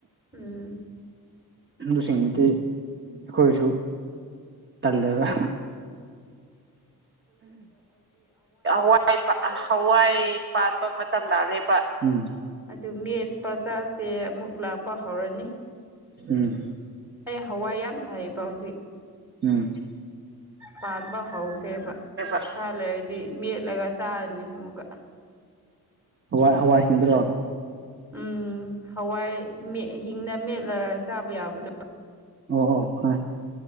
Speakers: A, in the centre; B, on the right.
A: ꯎꯝ
B: ꯑꯗꯨꯁꯤꯡꯗꯨꯗꯤ ꯑꯩꯈꯣꯏꯁꯨ ꯀꯜꯂꯦꯕ ꯍꯋꯥꯏ ꯍꯋꯥꯏ ꯄꯥꯟꯕ ꯃꯇꯝ ꯂꯥꯛꯑꯦꯕ ꯎꯝ
A: ꯑꯗꯨ ꯃꯦꯠꯄꯥꯆꯥꯥꯁꯦ ꯑꯃꯨꯛ ꯂꯥꯛꯄ ꯍꯧꯔꯅꯤ
B: ꯎꯝ
A: ꯑꯩ ꯍꯋꯥꯏ ꯌꯥꯝ ꯊꯥꯏꯕ ꯍꯧꯖꯤꯛ
B: ꯎꯝ
A: ꯄꯥꯟꯕ ꯍꯧꯈꯦꯕ
B: ꯑꯦꯁꯔ
A: ꯊꯍꯜꯂꯒꯗꯤ ꯃꯦꯠꯂꯒ ꯆꯥꯔꯅꯤ ꯑꯃꯨꯛꯀ
B: ꯍꯋꯥꯏ ꯍꯋꯥꯏꯁꯤꯡꯗ꯭ꯔꯣ
A: ꯎꯝ ꯍꯋꯥꯏ ꯍꯤꯡꯅ ꯃꯦꯠꯂꯒ ꯆꯥꯕ ꯌꯥꯕꯗꯣ
B: ꯑꯣ ꯑꯣ ꯍꯣꯏ